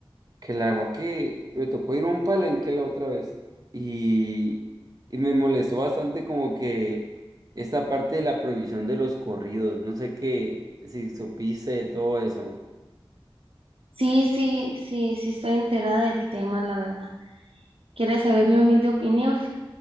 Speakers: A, on the right; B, on the right.
A: que la verdad que me tocó ir a un palenque la otra vez y, y me molestó bastante como que esta parte de la prohibición de los corridos, no sé qué, si supiste de todo eso.
B: Sí, sí, sí, sí estoy enterada del tema, la verdad. ¿Quieres saber mi humilde opinión?